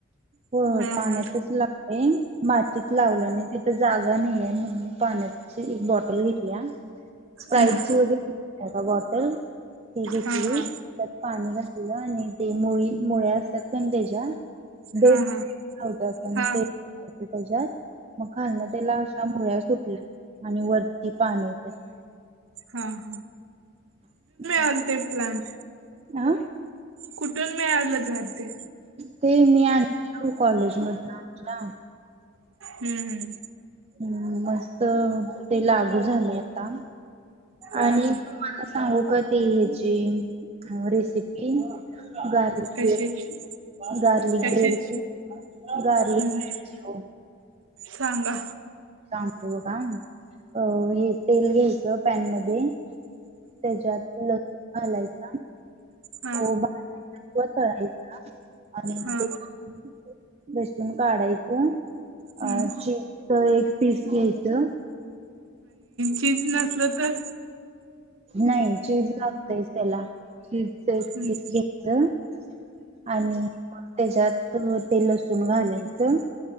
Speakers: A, on the right (about 30°); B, on the right (about 80°).
A: हो,
B: हा
A: पाण्यातच
B: हा
A: ला मी मातीत लावलं नाही तिथ जागा नाही आहे म्हणून. पाण्याची एक बॉटल घेतलिया, स्प्राईट
B: हम्म
A: ची वगैरे नसत्या का बॉटल, ती घेतली.
B: हा हा
A: त्यात पाणी घातलेलं. आणि ते मुळी मुळ्या असतात ना त्याच्या. डेट
B: हा
A: न्हवत
B: हा
A: पण
B: हा
A: ते डेट त्याच्यात मग खालन त्याला अशा मुळ्या सुटल्या. आणि वरती पान येतात.
B: हा.
A: <unintelligible>
B: चालते प्लॅन.
A: आ?
B: कुठून मिळालं झाड ते?
A: ते मी आनल्या वो कॉलेजमधनं आता.
B: हम्म हम्म.
A: हम्म, मस्त ते लागू झालंय आता. आणि
B: हम्म हम्म
A: तुम्हाला सांगू का ती ह्याची अ रेसिपी? गार्लिक
B: कशाची
A: ब्रेड गार्लिक
B: कशाची
A: ब्रेडची. गार्लिक
B: हम्म
A: ब्रेडची ओ.
B: सांगा.
A: सांगतो बघा, अ हे तेल घ्यायचं पॅन मध्ये त्याच्यात लसूण घालायचा.
B: हा
A: हो भाजायचा किंवा तळायचा आणि मग
B: हा
A: त्या लसून काढायचं.
B: हम्म
A: अ चीजच एक पीस घ्यायचं.
B: चीज नसलं तर?
A: नाही चीज लागतंयच त्याला, चीजच एक
B: हम्म
A: पीस घ्यायचं आणि मग त्याच्यात ते लसूण घालायचं.